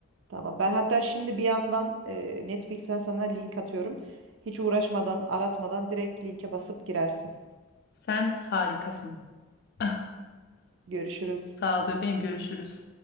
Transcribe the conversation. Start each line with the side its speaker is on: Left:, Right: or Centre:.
Right: Tamam ben hatta şimdi bir yandan e, Netflix'ten sana link atıyorum. Hiç uğraşmadan aratmadan direkt linke basıp girersin.
Left: Sen harikasın. <laughs>
Right: Görüşürüz.
Left: Sağ ol bebeğim, görüşürüz.